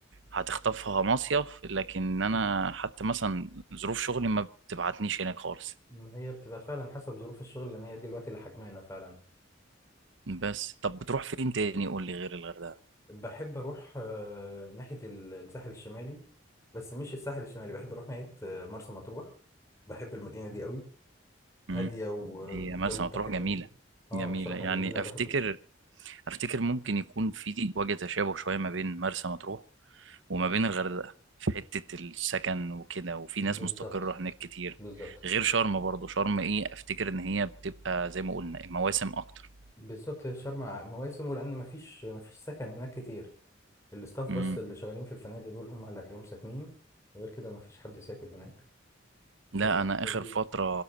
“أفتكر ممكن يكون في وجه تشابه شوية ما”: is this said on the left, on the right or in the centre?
Right